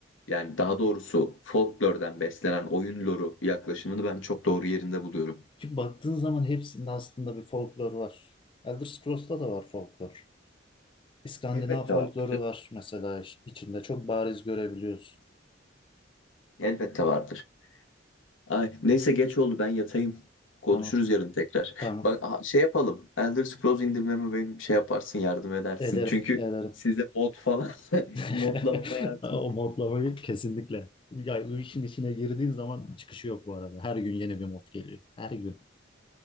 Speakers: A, on the left; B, on the left.
A: yani daha doğrusu folklor'dan beslenen oyun lore'u yaklaşımını ben çok doğru yerinde buluyorum.
B: Ki baktığın zaman hepsinde aslında bir folklor var. Elder Scrolls'ta da var folklor. İskandinav
A: Elbette
B: folkloru
A: vardır.
B: var mesela iç- içinde çok bariz görebiliyorsun.
A: Elbette vardır. Ay, neyse geç oldu ben yatayım. Konuşuruz
B: Tamam,
A: yarın tekrar.
B: tamam.
A: Bak aha, şey yapalım. Elder Scrolls indirmemi benim şey yaparsın yardım edersin.
B: Ederim,
A: Çünkü
B: ederim.
A: size mod falan <laughs>
B: <laughs>
A: modlamama yardım
B: O
A: et.
B: modlamayı kesinlikle. Ya o işin içine girdiğin zaman çıkışı yok bu arada. Her gün yeni bir mod geliyor. Her gün.